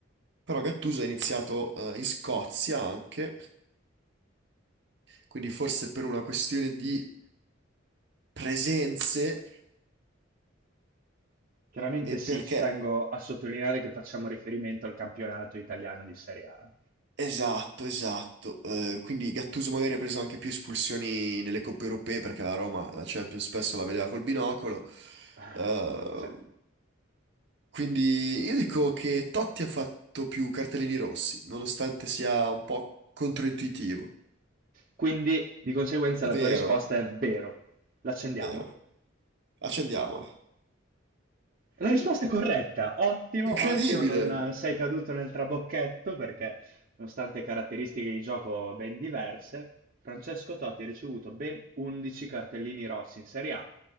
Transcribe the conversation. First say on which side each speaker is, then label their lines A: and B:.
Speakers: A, on the right (about 60°); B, on the right (about 45°).
A: Però Gattuso ha iniziato eh, in Scozia anche, quindi forse per una questione di presenze
B: Chiaramente
A: E
B: sì,
A: perché?
B: ci tengo a sottolineare che facciamo riferimento al campionato italiano di Serie A.
A: Esatto, esatto. Eh, quindi Gattuso magari ha preso anche più espulsioni nelle coppe europee perché la Roma, la Champions, spesso la vedeva col binocolo.
B: Ah,
A: Eh,
B: sì.
A: quindi io dico che Totti ha fatto più cartellini rossi, nonostante sia un po' controintuitivo.
B: Quindi, di conseguenza, la tua
A: Vero,
B: risposta è vero. L'accendiamo?
A: vero. Accendiamolo.
B: La risposta è corretta, ottimo,
A: Incredibile!
B: ottimo, non eh, sei caduto nel trabocchetto perché, nonostante caratteristiche di gioco ben diverse, Francesco Totti ha ricevuto ben 11 cartellini rossi in Serie A,